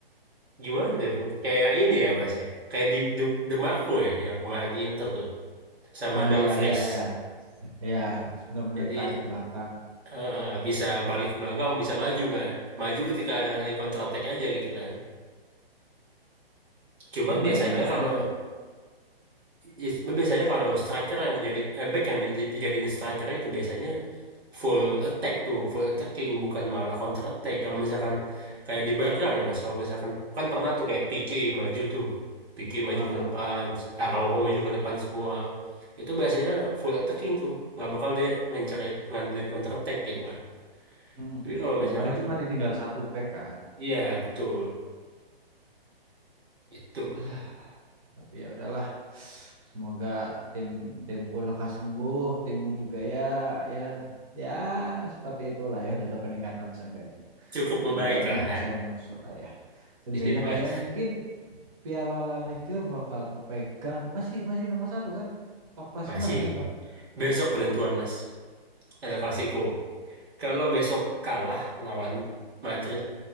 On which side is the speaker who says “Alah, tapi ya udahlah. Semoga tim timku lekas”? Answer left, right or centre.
Right